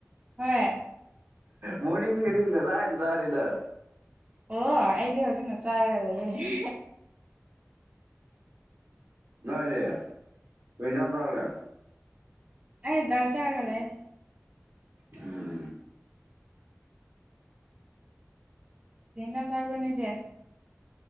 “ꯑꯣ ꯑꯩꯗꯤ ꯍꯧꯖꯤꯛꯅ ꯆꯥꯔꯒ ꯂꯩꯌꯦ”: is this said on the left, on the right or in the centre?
Right